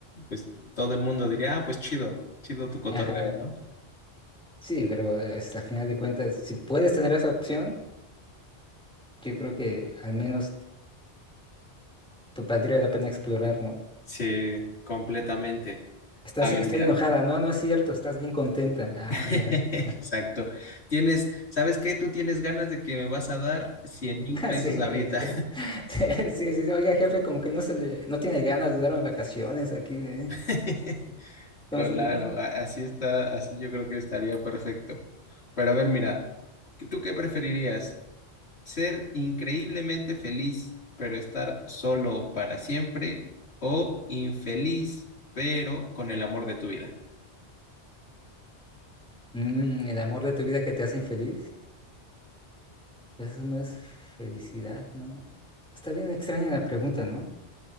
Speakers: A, on the left (about 70°); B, in the centre.
A: pues, todo el mundo diría, ah, pues chido, chido tu cotorreo,
B: Ajá.
A: ¿no?
B: Sí, pero hasta al final de cuentas, si puedes tener esa opción, yo creo que al menos te valdría la pena explorar, ¿no?
A: Sí, completamente.
B: Estás,
A: A ver,
B: estoy
A: mira.
B: enojada, no, no es cierto, estás bien contenta. Ah,
A: <laughs>
B: mira. <laughs>
A: Exacto. Tienes, ¿sabes qué? Tú tienes ganas de que me vas a dar cien mil pesos
B: Sí, sí, <laughs>
A: ahorita.
B: sí, sí, sí. Oiga, jefe, como que no se le, no tiene ganas de darme vacaciones aquí de.
A: <laughs> Claro,
B: Entonces,
A: a- así está, así yo creo que estaría perfecto. Pero a ver, mira, ¿tú qué preferirías? ¿Ser increíblemente feliz, pero estar solo para siempre? ¿O infeliz, pero con el amor de tu vida?
B: mm, el amor de tu vida que te hace infeliz, pues eso no es felicidad, ¿no? Está bien extraña la pregunta, ¿no?